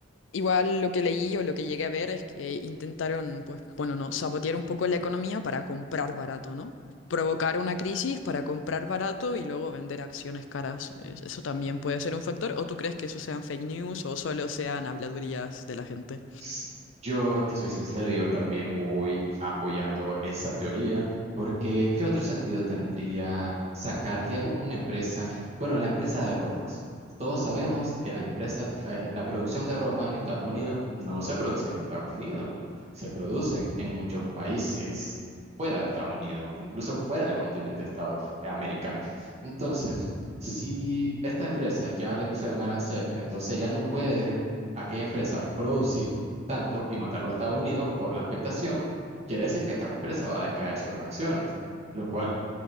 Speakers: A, on the left; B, on the right.
A: Igual lo que leí o lo que llegué a ver es que intentaron, pues, bueno, no, sabotear un poco la economía para comprar barato, ¿no? Provocar una crisis para comprar barato y luego vender acciones caras. Es- Eso también puede ser un factor. ¿O tú crees que eso sean fake news o solo sean habladurías de la gente?
B: S- Yo te soy sincero, yo también voy apoyando esa teoría, porque ¿qué otro sentido tendría sacar, digamos, una empresa? Bueno, la empresa de ropas. Todos sabemos que la empresa, eh, la producción de ropa en Estados Unidos no se produce en Estados Unidos, se produce en muchos países fuera de Estados Unidos, incluso fuera del continente estado- eh, americano. Entonces, si esta empresa ya le pusieron aranceles, entonces ya no puede aquella empresa producir tanto y mandarlo a Estados Unidos por la afectación, quiere decir que esta empresa va a decaer sus acciones, lo cual